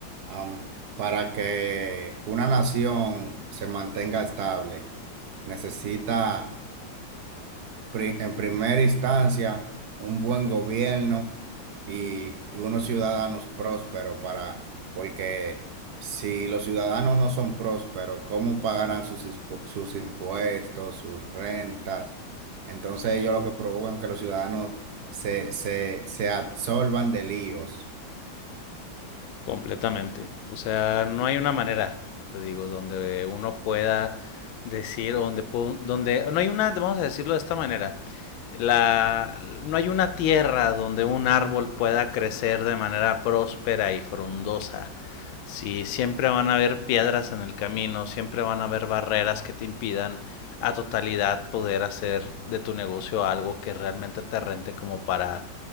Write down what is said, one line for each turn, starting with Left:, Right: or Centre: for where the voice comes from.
Right: Am, para que una nación se mantenga estable, necesita pri- en primera instancia un buen gobierno y, y unos ciudadanos prósperos para, porque si los ciudadanos no son prósperos, ¿cómo pagarán sus, ispu- sus impuestos, sus rentas? Entonces ellos lo que provocan que los ciudadanos se, se, se absorban de líos.
Left: Completamente. O sea, no hay una manera, te digo, donde uno pueda decir, donde, pu- donde no hay una, vamos a decirlo de esta manera, la, no hay una tierra donde un árbol pueda crecer de manera próspera y frondosa Sí, siempre van a haber piedras en el camino, siempre van a haber barreras que te impidan a totalidad poder hacer de tu negocio algo que realmente te rente como para